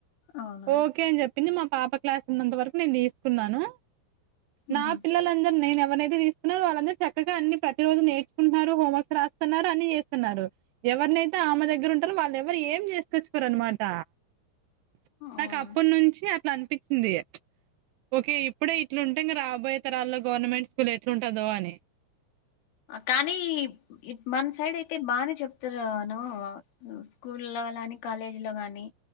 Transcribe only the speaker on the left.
అవునా
ఉహు
అవును
కానీ మన సైడ్ అయితే బానే చెప్తురు అను స్కూల్ లో అలాని కాలేజీ లో గాని